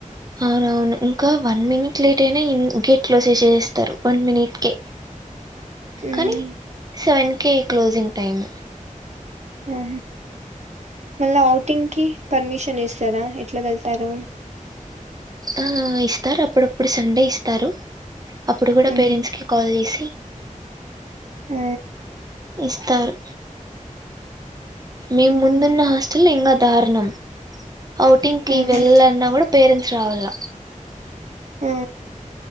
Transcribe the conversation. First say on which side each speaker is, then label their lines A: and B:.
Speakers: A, on the right; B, on the right.
A: అవునవును ఇంకా వన్ మినిట్ లేట్ అయిన గేట్ క్లోజ చేస్తారు వన్ మనిట్కి
B: మ్మ్
A: కానీ సెవెన్ ఓకే క్లోజింగ్ టైమ్
B: ఆ మళ్ళ ఔటింగ్కి పర్మిషన్ ఇస్తారా ఎట్లా వెళ్తారు
A: ఆ ఇస్తారు అప్పుడప్పుడు సండే ఇస్తారు అప్పుడు కూడా
B: మ్మ్
A: పేరెంట్స్ కి కాల్ చేసి
B: ఆ
A: ఇస్తస్తర్ మేము
B: మ్మ్
A: ముందున్న హాస్టల్ ఇంకా దారుణం ఔటింగ్ కి
B: ఆహా
A: వెళ్ళన్నా కూడా పేరెంట్స్ రావాల
B: ఆ